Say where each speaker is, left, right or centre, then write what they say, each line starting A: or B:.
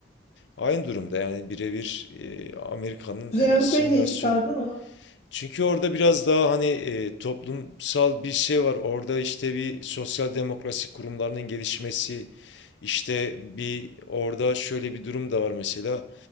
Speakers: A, on the left; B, on the left.
A: aynı durumda. Yani birebir e, Amerika'nın
B: Kuzey
A: e,
B: Avrupa'yı
A: simülasyon.
B: niye çıkardın? Onu...
A: Çünkü orada biraz daha hani e, toplumsal bir şey var. Orada işte bir sosyal demokrasi kurumlarının gelişmesi, işte bir orada şöyle bir durum da var mesela.